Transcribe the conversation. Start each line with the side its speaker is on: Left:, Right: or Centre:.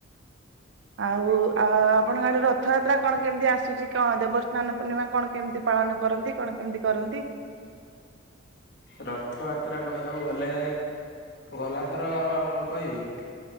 Right: ଆଉ ଆ ଆପଣଙ୍କ ଆଡେ ରଥଯାତ୍ରା କଣ କେମିତି ଆସୁଛି, କଣ ଦେବସ୍ନାନ ପୂର୍ଣ୍ଣିମା କଣ କେମିତି ପାଳନ କରନ୍ତି? କଣ କେମିତି କରନ୍ତି? ହଁ
Left: ରଥଯାତ୍ରା କହିବାକୁ ଗଲେ ଗଲାଥର କହିବି?